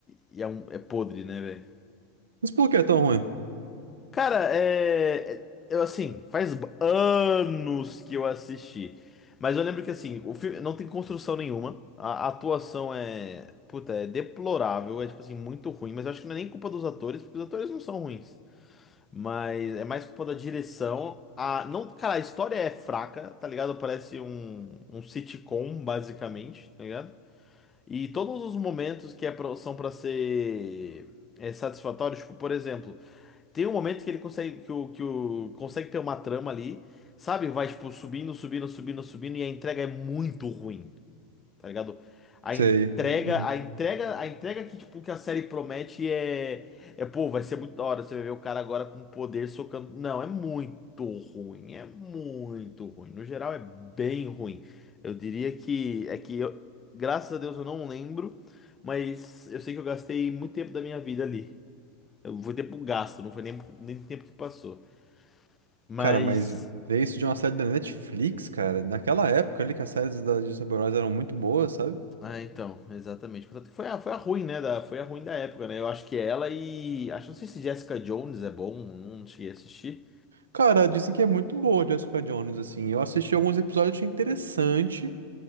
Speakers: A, on the left; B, on the right.
A: é, e é, um, é podre, né, velho?
B: Mas por que é tão ruim?
A: Cara, é. é, Eu, assim, faz b- anos que eu assisti. Mas eu lembro que, assim, o filme não tem construção nenhuma. A a atuação é. Puta, é deplorável. É, tipo assim, muito ruim. Mas eu acho que não é nem culpa dos atores, porque os atores não são ruins. Mas é mais culpa da direção. A... Não... Cara, a história é fraca, tá ligado? Parece um, um sitcom, basicamente, tá ligado? E todos os momentos que é pra- são pra ser é, satisfatórios, tipo, por exemplo. Tem um momento que ele consegue que o, que o consegue ter uma trama ali, sabe? Vai tipo subindo, subindo, subindo, subindo e a entrega é muito ruim, tá ligado? A
B: Sei.
A: entrega,
B: Uhum.
A: a entrega, a entrega que tipo que a série promete é é pô, vai ser muito da hora, você vai ver o cara agora com poder socando. Não, é muito ruim, é muito ruim. No geral é bem ruim. Eu diria que é que eu, graças a Deus eu não lembro, mas eu sei que eu gastei muito tempo da minha vida ali. Eu vou ter pro gasto, não foi nem, nem tempo que passou. Mas.
B: Cara, mas ver isso de uma série da Netflix, cara, naquela época ali que as séries da de super-heróis eram muito boas, sabe?
A: Ah, então, exatamente. Portanto, Foi a, foi a ruim, né? Da, foi a ruim da época, né? Eu acho que ela e. Acho, não sei se Jessica Jones é bom, não cheguei a assistir.
B: Cara, dizem que é muito boa Jessica Jones, assim. Eu assisti alguns episódios, achei interessante,